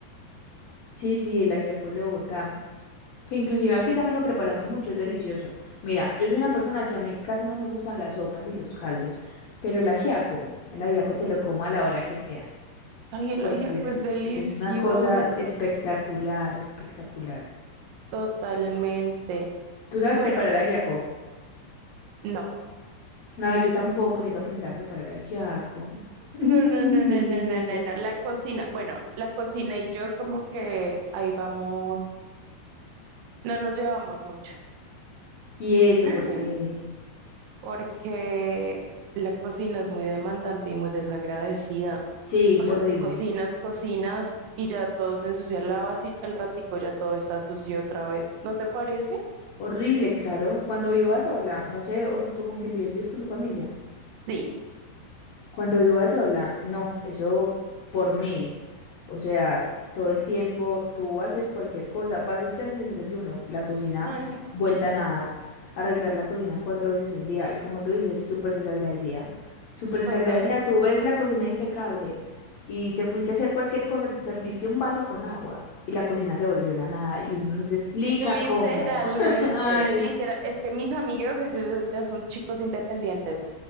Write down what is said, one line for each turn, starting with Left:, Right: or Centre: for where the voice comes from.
Left: sí, sí, el ajiaco es de Bogotá. Que inclusive aquí también lo preparamos mucho, es delicioso. Mira, yo soy una persona que a mí casi no me gustan las sopas y los caldos, pero el ajiaco, el ajiaco te lo como a la hora que sea,
Right: Ay, el
Left: porque
Right: ajiaco
Left: es,
Right: es delicioso,
Left: porque es una cosa espectacular, espectacular.
Right: totalmente.
Left: ¿Tú sabes
Right: Bueno,
Left: preparar ajiaco?
Right: no.
Left: No, yo tampoco, necesito aprender a preparar ajiaco. <laughs>
Right: No, no, no, no,
Left: Necesito.
Right: no, no, no, no. La cocina, bueno, la cocina y yo como que ahí vamos, no nos llevamos mucho.
Left: Y eso,
Right: <laughs>
Left: porque...
Right: porque la cocina es muy demandante y muy desagradecida.
Left: Sí,
Right: O sea,
Left: horrible.
Right: tú cocinas, cocinas y ya todo se ensucia, lavas y al ratico ya todo está sucio otra vez. ¿No te parece?
Left: Horrible, claro. Cuando viva sola, no sé, o si tú con quién vives, vives con tu familia.
Right: Sí.
Left: Cuando viva sola, no, eso por mil. O sea, todo el tiempo tú haces cualquier cosa, vas, a- te haces el desayuno, la cocina
Right: Ay, no,
Left: vuelta a nada, arreglar la cocina cuatro veces al día. Y como tú dices, súper desagradecida. Súper desagradecida,
Right: total.
Left: tú ves la cocina impecable y te fuiste a hacer cualquier cosa, te serviste un vaso con agua y la cocina se volvió una nada y uno no se explica
Right: Literalmente,
Left: cómo. <laughs> Ay,
Right: literal. Es que mis amigos, ellos ya ya son chicos independientes.